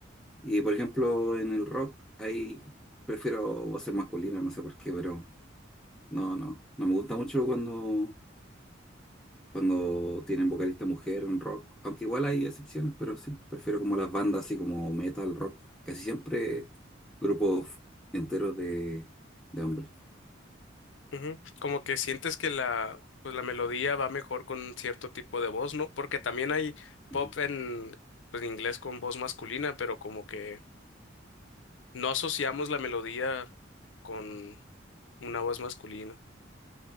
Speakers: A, in the centre; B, on the left.
A: Y por ejemplo, en el rock hay, prefiero voces masculinas, no sé por qué, pero no, no, no me gusta mucho cuando, cuando tienen vocalista mujer en rock, aunque igual hay excepciones, pero sí, prefiero como las bandas así como metal, rock, casi siempre grupos enteros de, de hombres.
B: Ujú. Como que sientes que la, pues la melodía va mejor con cierto tipo de voz, ¿no? Porque también hay
A: Ujú.
B: pop en, pues, en inglés con voz masculina, pero como que no asociamos la melodía con una voz masculina.